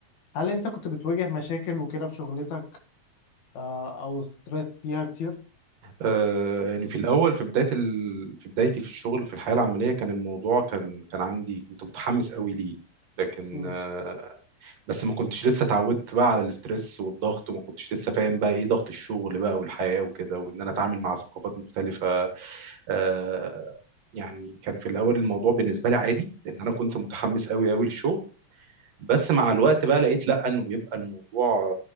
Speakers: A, on the left; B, on the right.
A: هل انت كنت بتواجه مشاكل وكده في شغلتك آه، او ستريس فيها كتير
B: آه يعني في الاول في بداية ال... في بدايتي في الشغل في الحياة العملية كان الموضوع كان كان عندي كنت متحمس قوي ليه لكن
A: مم،
B: آه، بس ما كنتش لسه اتعودت بقى على الاسترس والضغط وما كنتش لسه فاهم بقى ايه ضغط الشغل بقى والحياة وكده وان انا اتعامل مع ثقافات مختلفة آه، يعني كان في الاول الموضوع بالنسبة لي عادي لان انا كنت متحمس قوي قوي للشغل بس مع الوقت بقى لقيت لا انه بيبقى الموضوع